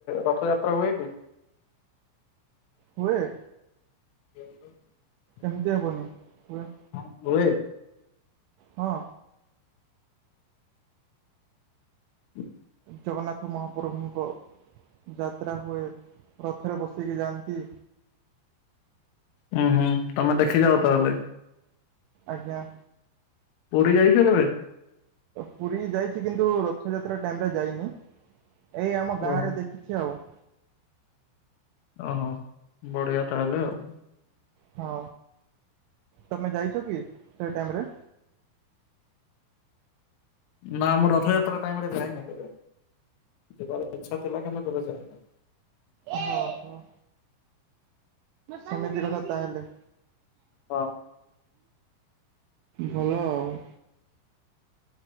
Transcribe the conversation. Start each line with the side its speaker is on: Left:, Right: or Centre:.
Left: ରଥଯାତ୍ରା ହୁଏ କି?
Right: ହୁଏ।
Left: <unintelligible>
Right: ଏମିତି ହେବନି ହୁଏ।
Left: ହଁ ହୁଏ।
Right: ହଁ।
Left: ହୁଁ
Right: ଜଗନ୍ନାଥ ମହାପ୍ରଭୁଙ୍କ ଯାତ୍ରା ହୁଏ। ରଥରେ ବସିକି ଯାଆନ୍ତି।
Left: ହୁଁ ହୁଁ। ତମେ ଦେଖି ଯାଅ
Right: ମାମୁଁ
Left: ତାହେଲେ
Right: ଘର ଆଜ୍ଞା।
Left: ପୁରୀ ଯାଇଛ କେବେ।
Right: ପୁରୀ ଯାଇଛି କିନ୍ତୁ ରଥଯାତ୍ରା ଟାଇମ ରେ ଯାଇନି ଏଇ ଆମ
Left: ଓହୋ
Right: ଗାଁ ରେ ଦେଖ ଖିଛି ଆଉ।
Left: ଓହୋ ବଢିଆ ତାହେଲେ ଆଉ।
Right: ହଁ ତମେ ଯାଇଛ କି ସେ ଟାଇମରେ।
Left: ନା ଆମର ରଥଯାତ୍ରା ଟାଇମ୍ ରେ ଯାଇନି କେବେ ଯିବାର ଇଚ୍ଛା ଥିଲା କିନ୍ତୁ କେବେ ଯାଇନି।
Right: ଓ ହୋ। ସେମିତି କଥା ତା ହେଲେ।
Left: ହଁ।
Right: ଭଲ ଆଉ।